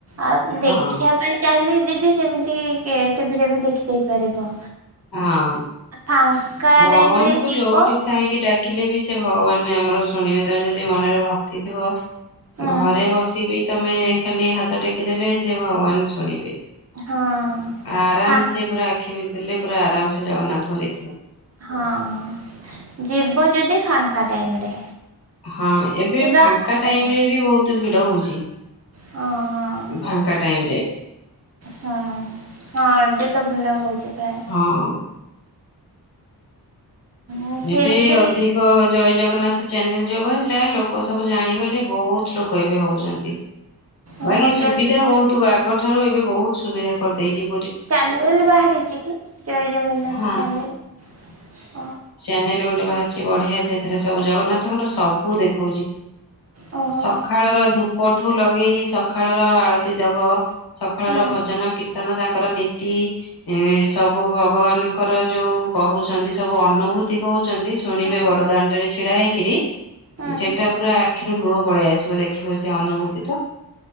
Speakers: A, on the right; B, on the left.
A: ଆଉ ଦେଖିବା
B: ହଁ
A: ପାଇଁ ଚାହିଁଲେ ଦିଦି ସେମିତି କିଏ ଟିଭିରେ ବି ଦେଖିଦେଇ ପାରିବ।
B: ହଁ
A: ଫାଙ୍କା
B: ଭଗବାନଙ୍କୁ
A: ଟାଇମ ରେ ଯିବ
B: ଯୋଉଠି ଥାାଇକି ଡା କିଲେ ବି ସେ ଭଗବାନ ଆମର ଶୁଣିବେ ତମ ଯଦି ମନରେ ଭକ୍ତି ଥିବ।
A: ହୁଁ
B: ଘରେ ବସିବି ତମେ ଖାଲି ହାତ ଟେକିଦେଲେ ସେ ଭଗବାନ ଶୁଣିବେ।
A: ହଁ
B: ଆରାମ
A: ଫା
B: ସେ ପୁରା ଆଖି ବୁଝିଦେଲେ ପୁରା ଆରାମ ସେ ଜଗନ୍ନାଥଙ୍କୁ ଦେ
A: ହଁ ଯିବ ଯଦି ଫାଙ୍କା ଟାଇମ୍ ରେ
B: ହଁ ଏବେ
A: ପୁରା
B: ଫାଙ୍କା ଟାଇମ୍
A: ଟାଇମ
B: ରେ ବି ବୋହୁତ ତ ଭିଡ ହଉଛି।
A: ହଁ ହଁ
B: ଫାଙ୍କା ଟାଇମ ରେ
A: ହଁ ଏବେ ତ ଭିଡ ହୋଉଚି ପ୍ରାୟ
B: ହଁ।
A: ଉଁ ଫିର
B: ଏବେ
A: ବି
B: ଅଧିକ ଜୟ ଜଗନ୍ନାଥ ଚେନଲ ଯଉ ବାହାରିଲା ଲୋକ ଲୋକ ସବୁ ଜାଣିଗଲେ ବହୁତ ଲୋକ ଏବେ ହଉଛନ୍ତି।
A: ଓହୋ
B: ବାକି ସୁବିଧା
A: ଯ
B: ବହୁତ ତୁ ଆଗଠାରୁ ଏବେ ବହୁତ ସୁବିଧା କରିଦେଇଛିି।
A: ଚାନେଲ୍ ବାହାରିଛି କି ଜୟ ଜଗନ୍ନାଥ
B: ହଁ
A: ଚାନେଲ୍ ଓ।
B: ଚାନେଲ ଗୋଟେ ବାହାରିଛି ବଢିଆ ସେଥିରେ ସବୁ ଜଗନ୍ନାଥଙ୍କର ସବୁ ଦେଖଉଛି।
A: ଓହୋ
B: ସକାଳ ର ଧୂପ ପୋଠୁ ଲଗେଇ ସକାଳ ର ଆଳତି ଦବ। ସକାଳ
A: ହୁଁ
B: ର ଭଜନ କୀର୍ତ୍ତନ ତାଙ୍କ। ର ନୀତି ସବୁ ଭଗବାନଙ୍କର ଯୋଉ କହୁଛନ୍ତି ସବୁ ଅନୁଭୂ। କହୁ। ଶୁଣିବେ
A: ହୁଁ
B: ବଡ ଦାଣ୍ଡଟ ଛିଡା ହେଇକି‌। କିିରି।
A: ହୁଁ
B: ସେଟା ପୁରା। କିୁ ଲୁହ ପଳେଇ ଆସିବ ଦେଖିବ ସେ ଅନୁଭୂତି ଟା।